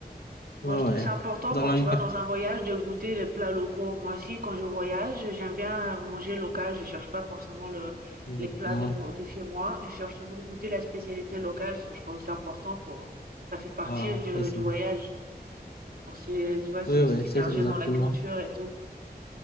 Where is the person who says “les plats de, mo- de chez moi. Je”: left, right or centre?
Right